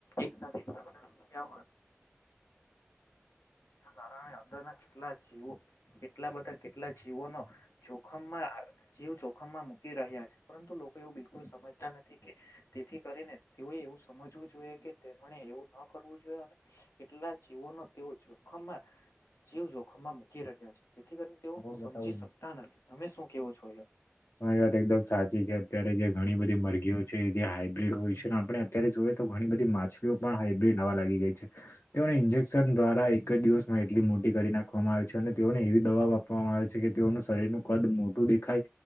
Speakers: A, on the left; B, on the left.
A: એક સાથે એના કારણે અંદરના કેટલા જેવો કેટલા બધા કેટલા જીવોનો જોખમમાં જીવ જોખમમાં મૂકી રહ્યા છે પરંતુ લોકો એવ બિલકુલ સમજતા નથી કે તેથી કરીને તેઓએ એવું સમજવું જોઈએ કે તેમણે એવું ન કરવું જોઈએ અને એટલા જીવોનો તેઓ જોખમમાં જીવ જોખમમાં મૂકી રહ્યા છે જેથી કરીને તેઓ
B: હું બતાવું
A: સમજી શકતા નથી તમે શું કેવો છો?
B: હ એ વાત એકદમ સાચી છે અત્યારે જે ઘણી બધી મરઘીઓ છે જે હાઈબ્રીડ હોય છે ને આપણે અત્યારે જો ઘણી બધી માછલીઓ પણ હાઈબી ન લાગી ગઈ છે તેને ઈન્જેકશન દ્વારા ક જ દિવસમાં એટલી મોટી કરી નાખવામાં આવે છે અને તેઓને એવી દવાઓ આપવામાં આવે છે કે તેઓનું શરીરનું કદ મોટું દેખાય